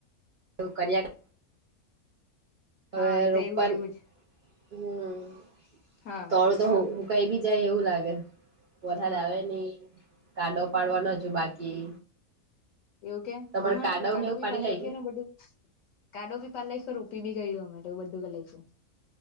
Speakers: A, on the right (about 70°); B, on the left (about 70°).
A: એવું કર્યા હવે
B: હા એ
A: રોપન
B: તો એવું જ એવું જ
A: હમ
B: હા
A: તળું તો હકાઈ બી જાય એવું લાગે વરસાાદ
B: હા
A: આવે નહ કાડો પાડવા
B: હા
A: ન જો બાકી
B: એવું કે
A: તમારે
B: અમા
A: કાડવ
B: તો કાડો
A: ને એવું
B: બી
A: પાડી
B: પાડઈ
A: લાગ
B: ગયો ને બધું કાડો બી પાલાય ખરું પી બી કરી દેવા માટે એવું બધું ક લક છે